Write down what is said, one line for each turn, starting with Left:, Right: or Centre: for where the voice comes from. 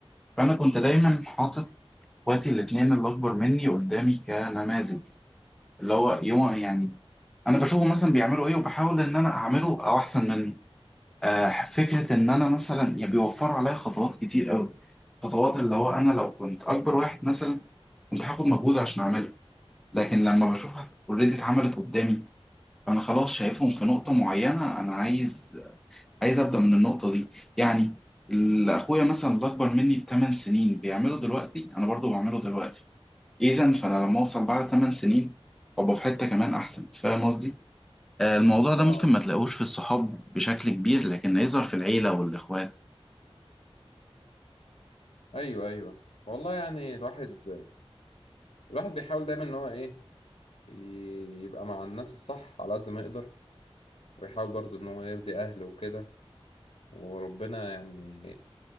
Centre: فانا كنت دايما حاطط اخواتي الاثنين اللي اكبر مني قدامي كنماذج اللي هو يوم يعني انا بشوفه مثلا بيعملوا ايه وبحاول ان انا اعمله او احسن منه آه فكره ان انا مثلا يعني بيوفروا عليا خطوات كتير قوي خطوات اللي هو انا لو كنت اكبر واحد مثلا كنت هاخد مجهود عشان اعمله لكن لما بشوفها اوريدي اتعملت قدامي فانا خلاص شايفهم في نقطه معينه انا عايز عايز ابدا من النقطه دي يعني ال- اخويا مثلا اللي اكبر مني بثمان سنين بيعمله دلوقتي انا برضو بعمله دلوقتي اذا فانا لما اوصل بعد ثمان سنين ابقى في حته كمان احسن فاهم قصدي آه، الموضوع ده
Left: اه
Centre: ممكن ما تلاقوش في الصحاب بشكل كبير لكن يظهر في العيله والاخوات
Left: ايوه ايوه والله يعني الواحد الواحد بيحاول دايما ان هو ايه ي- يبقى مع الناس الصح على قد ما يقدر ويحاول برضو ان هو يرضي اهله وكده وربنا يعني